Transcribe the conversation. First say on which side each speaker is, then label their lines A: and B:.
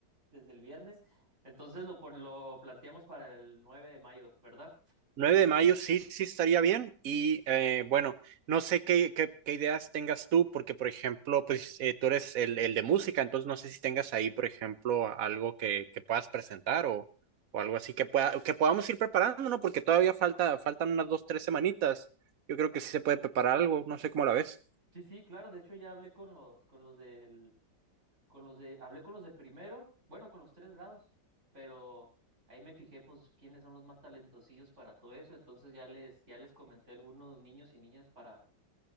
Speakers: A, on the right; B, on the right.
A: desde el viernes. Entonces lo, pon- lo planteamos para el 9 de mayo, ¿verdad?
B: nueve de mayo sí, sí estaría bien. Y eh, bueno, no sé qué, qué, qué ideas tengas tú, porque por ejemplo, pues eh, tú eres el, el de música, entonces no sé si tengas ahí, por ejemplo, a- algo que, que puedas presentar o, o algo así que, pueda, que podamos ir preparando, ¿no? Porque todavía falta, faltan unas dos, tres semanitas. Yo creo que sí se puede preparar algo, no sé cómo la ves,
A: Sí, sí, claro. De hecho, ya hablé con los, con los del Con los de, hablé con los de primero, bueno, con los tres grados, pero ahí me fijé, pues, quiénes son los más talentosillos para todo eso. Entonces ya les, ya les comenté a algunos niños y niñas para,